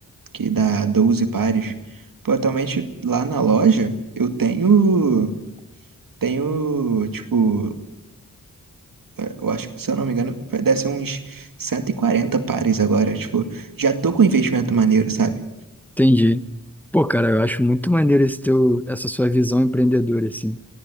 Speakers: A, on the right (about 75°); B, in the centre.
A: que dá 12 pares. Pô, atualmente lá na loja eu tenho, tenho, tipo, eh, eu acho que, se eu não me engano, deve ser uns 140 pares agora. Tipo, já tô com um investimento maneiro, sabe?
B: entendi. Pô, cara, eu acho muito maneiro esse teu, essa sua visão empreendedora, assim,